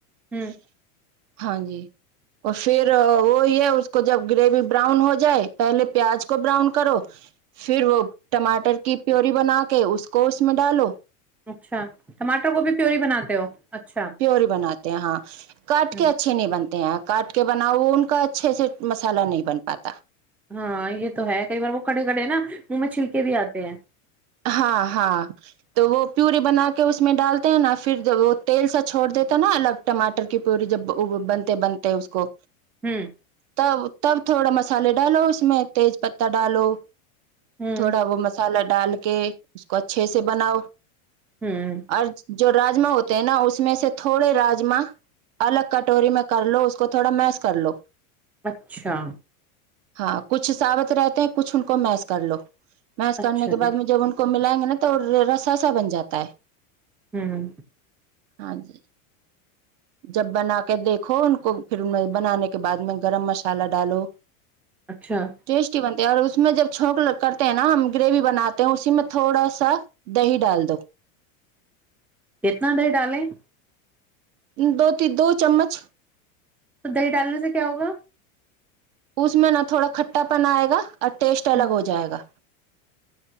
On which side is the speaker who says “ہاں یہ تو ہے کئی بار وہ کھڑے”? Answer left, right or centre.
Centre